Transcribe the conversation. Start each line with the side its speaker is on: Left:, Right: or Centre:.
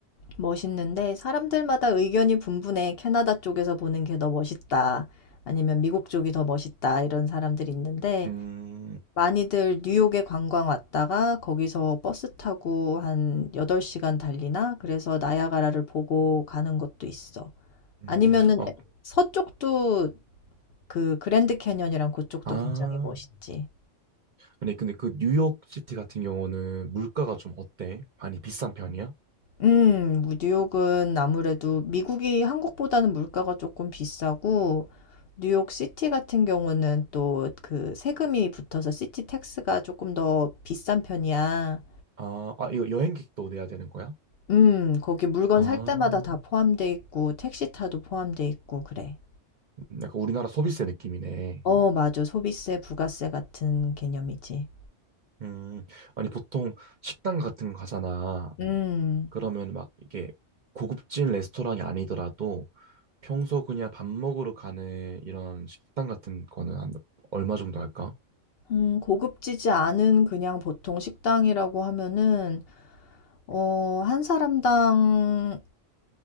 Left: 멋있는데 사람들마다 의견이 분분해. 캐나다 쪽에서 보는 게 더 멋있다. 아니면 미국 쪽이 더 멋있다. 이런 사람들이 있는데
Right: 음,
Left: 많이들 뉴욕에 관광 왔다가 거기서 버스 타고 한 8시간 달리나? 그래서 나야가라를 보고 가는 것도 있어. 음,
Right: 음.
Left: 아니면은
Right: 어,
Left: 에- 서쪽도 그 그랜드 캐니언이랑 그쪽도
Right: 아.
Left: 굉장히 멋있지.
Right: 근데, 근데 그 뉴욕 시티 같은 경우는 물가가 좀 어때? 많이 비싼 편이야?
Left: 음. 뭐 뉴욕은 아무래도 미국이 한국보다는 물가가 조금 비싸고 뉴욕 시티 같은 경우는 또 그 세금이 붙어서 시티 택스가 조금 더 비싼 편이야.
Right: 아, 아, 이거 여행객도 내야 되는 거야?
Left: 음. 거기 물건
Right: 아.
Left: 살 때마다 다 포함돼 있고 택시 타도 포함돼 있고 그래.
Right: 음, 약간 우리나라 소비세 느낌이네.
Left: 어 맞아. 소비세, 부가세 같은 개념이지.
Right: 음, 아니, 보통 식당 같은 거 가잖아.
Left: 음.
Right: 그러면 막 이게 고급진 레스토랑이 아니더라도 평소 그냥 밥 먹으러 가는 이런 식당 같은 거는 한 얼마 정도 할까?
Left: 음 고급지지 않은 그냥 보통 식당이라고 하면은 어 한 사람당